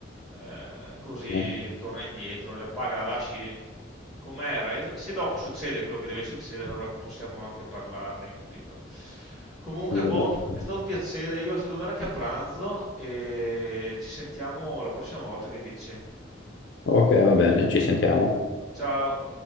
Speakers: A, in the centre; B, on the left.
A: Eh, così
B: Mm,
A: torna indietro, la paga la lasci com'era. E se dopo succede quello che deve succedere, allora possiamo anche parlarne, capito? Comunque,
B: Esatto.
A: boh, è stato un piacere. Io adesso devo andare anche a pranzo e ci sentiamo la prossima volta che dici.
B: Ok, va bene, ci sentiamo.
A: Ciao.